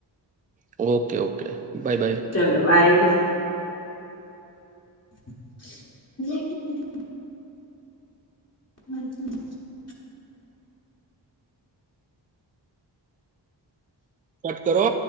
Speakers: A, on the right; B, on the left.
A: ઓકે ઓકે બાય બાય
B: ચલો બાય. <unintelligible> <unintelligible>
A: સટ કરો